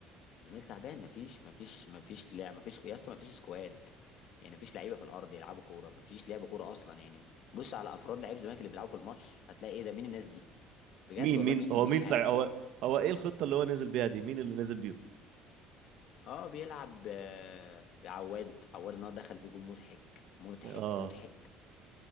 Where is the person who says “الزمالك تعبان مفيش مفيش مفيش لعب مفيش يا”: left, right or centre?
Left